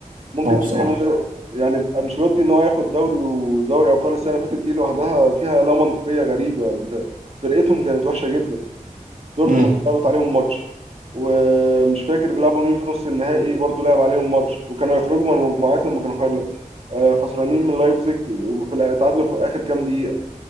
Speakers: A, on the right; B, on the right.
A: ممكن
B: اه بصراحة
A: تلاقي مدرب- يعني انشيلوتي ان هو ياخد دوري ودوري ابطال السنه اللي فاتت دي لوحدها فيها لا منطقيه غريبه انت فرقتهم كانت وحشه جدا دورتموند
B: امم
A: لعبت عليهم ماتش ومش فاكر لعبوا مين في نص النهائي برضه لعب عليهم ماتش وكانوا يخرجوا من المجموعات لما كانوا خير آه، خسرانين من لايبزيج وفي الع- تعادلوا في اخر كام دقيقه